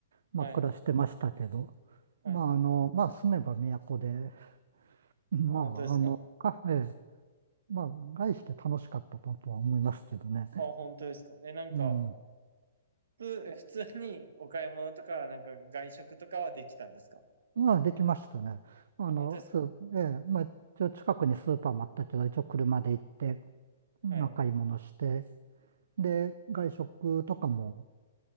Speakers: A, on the right; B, on the right.
A: まあ、
B: はい、
A: 暮らしてましたけど、
B: はい。
A: まあ、
B: あ、
A: あの、まあ、住めば都で、まあ、
B: 本当ですか
A: あの、カフェ、まあ、外して楽しかったとは思いますけどね。
B: あ、本当ですかえ、なんか、
A: うん。
B: 普通、え普通にお買い物とか、なんか外食とかはできたんですか
A: まあ、できましたね。あの、
B: あ、本当ですか
A: スー、ええ、まあ、一応近くにスーパーもあったけど、一応車で行って、まあ、
B: はい。
A: 買い物して、で、外食とかも、